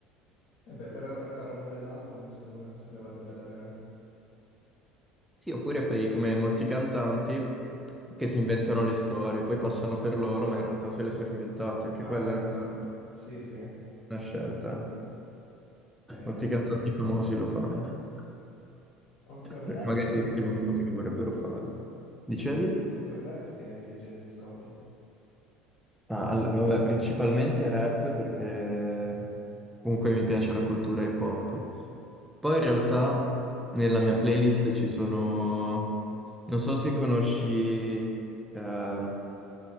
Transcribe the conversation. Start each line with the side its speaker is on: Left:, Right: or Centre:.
Left: E beh, però per fare un bell'album, secondo me forse ne vale bene la pena.
Centre: Sì, oppure fai come molti cantanti che si inventano le storie, poi passano per loro, ma in realtà se le sono inventate, anche
Left: Ah,
Centre: quella
Left: è vero.
Centre: è una,
Left: Sì, sì.
Centre: una scelta.
Left: Eh,
Centre: Molti cantanti famosi lo fanno,
Left: oltre al
Centre: perché
Left: rap,
Centre: magari
Left: eh,
Centre: descrivono cose che vorrebbero fare. Dicevi?
Left: oltre, oltre al rap, che, che generi ascolti?
Centre: Ah, al- vabbè, principalmente rap perché comunque mi piace la cultura hip hop. Poi in realtà nella mia playlist ci sono, non so se conosci eh,